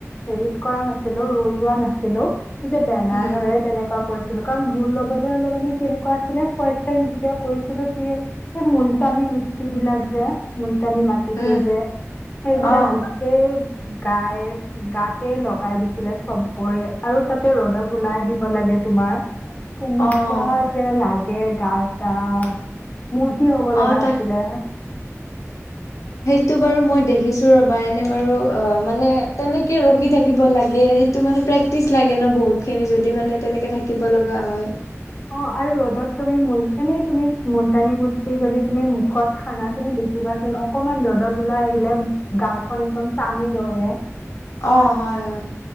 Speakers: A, on the left; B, on the left.
A: হেৰিত কৰা নাছিল? ছিলো ৰল লোৱা নাছিলো? তেতিয়া বেনাৰ
B: উম,
A: ধৰে তেনেকুৱা কৰিছে? লোকাল গুৰ ল'বলৈ হ'লে মানে কেনেকুৱা আছিলে ক। যেতিয়া কৈছিলো কি এই মুলতানী মিত্ত বিলাক যে। মুলতানি মাটিটো
B: উম,
A: যে সেইবিলাক
B: অ',
A: গোটেই গাই। গাতে লগাই দিছিলে চবৰে আৰু তাতে ৰ'দত ওলাই আহিব লাগে তোমাৰ। কেনেে
B: অ'।
A: কুৱোৱা যে লাগে? ছা মূৰ্তি হব লগা
B: অ', তাক
A: আছিলে?
B: টো বাৰু মই দেখিছো ৰবা এনে বাৰু অ মানে তেনেকে ৰখি থাকিব লাগে সেইটো মানে প্ৰেক্টিচ লাগে ন বহুত খিনি যদি মানে তেনেকে থাকিব লগা হয়।
A: অ আৰু ৰ'দত। তুমি ম এনেই তুমি । কুটানি গুটি যদি তুমি মুখত। জানা তুমি দেখিবাচোন অকনমান ৰ'দত ওলাই আহিলে গালখন একদম টানি ধৰে।
B: অ হয় হয়